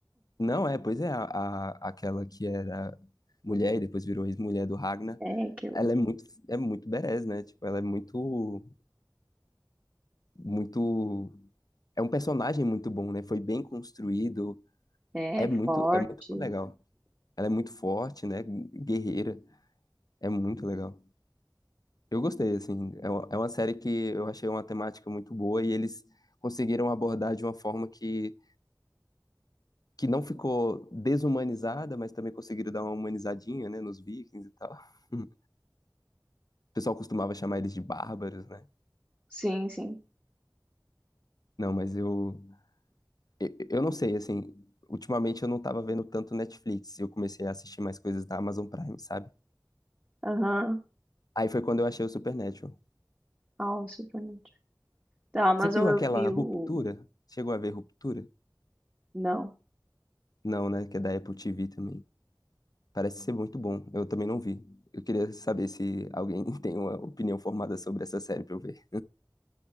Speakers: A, on the left; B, on the right.
A: Não é, pois é, a, a- aquela que era mulher e depois virou ex-mulher do Ragnar,
B: É, que eu.
A: ela é muito, é muito badass, né? Tipo, ela é muito, muito, é um personagem muito bom, né? Foi bem construído,
B: É,
A: é muito,
B: forte.
A: é muito legal. Ela é muito forte, né? Guerreira, é muito legal. Eu gostei, assim, é uma é uma série que eu achei uma temática muito boa e eles conseguiram abordar de uma forma que, que não ficou desumanizada, mas também conseguiram dar uma humanizadinha, né, nos Vikings e tal. <laughs> O pessoal costumava chamar eles de bárbaros, né?
B: Sim, sim.
A: Não, mas eu, eu, eu não sei, assim, ultimamente eu não tava vendo tanto Netflix, eu comecei a assistir mais coisas da Amazon Prime, sabe?
B: Aham.
A: Aí foi quando eu achei o Supernatural.
B: Ah, o Supernatural. Tá, mas
A: Você viu
B: eu
A: aquela
B: vi
A: Ruptura?
B: o.
A: Chegou a ver Ruptura?
B: Não.
A: Não, né? Que é da Apple TV também. Parece ser muito bom. Eu também não vi. Eu queria saber se alguém <laughs> tem uma opinião formada sobre essa série pra eu ver.